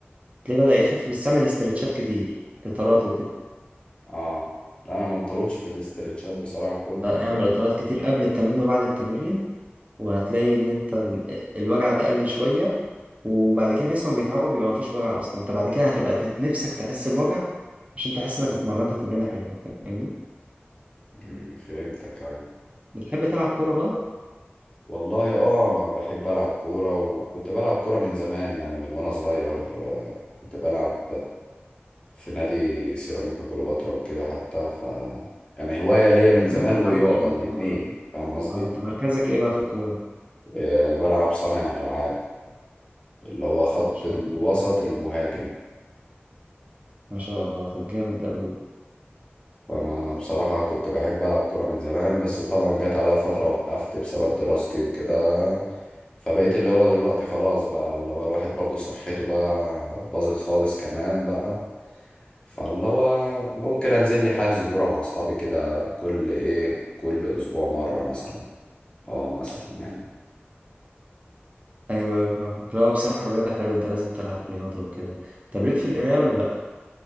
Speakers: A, on the right; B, on the left.
A: تلاقيه بدأ يخف بس اعمل استرتشات كتير اطالات وكده
B: اه لا انا ما بطولش في الاسترتشات بصراحة كنت
A: آه، اعمل اطالات كتير قبل التمرين وبعد التمرين وهتلاقي ان انت ال- الوجع ده قل شوية وبعد كده جسمك بيتعود بيبقى مفيش وجع اصلا انت بعد كده هتبقى ت- نفسك تحس بوجع عشان تحس انك اتمرنت تمرينة حلوة فاهمني
B: مم، فهمتك يعني
A: بتحب تلعب كورة بقى؟
B: والله اه انا بحب العب كورة وكنت بلعب كورة من زمان يعني من وانا صغير آه، كنت بلعب في نادي سيراميكا كليوباترا وكده حتى ف يعني هواية ليا من
A: طب
B: زمان
A: جامد
B: ورياضة
A: يا عم، ما شاء
B: الاتنين
A: الله.
B: فاهم قصدي؟
A: اه انت مركزك ايه بقى في الكورة؟
B: آه، بلعب صانع ألعاب اللي هو خط
A: ما شاء
B: الوسط
A: الله.
B: المهاجم
A: ما شاء الله طب جامد ده قوي
B: فأنا بصراحة كنت بحب ألعب كرة من زمان بس طبعا جت عليا فترة وقفت بسبب دراستي وكده فبقيت اللي هو دلوقتي خلاص بقى اللي هو الواحد برضو صحته بقى باظت خالص كمان بقى فاللي هو ممكن انزل لي حجز كرة مع اصحابي كده كل ايه كل اسبوع مرة مثلا اه مثلا يعني
A: ايوه ايوه فاهم لا هو بصراحه الرياضه حلوه انت لازم تلعب رياضه وكده طب ليك في القرايه ولا لا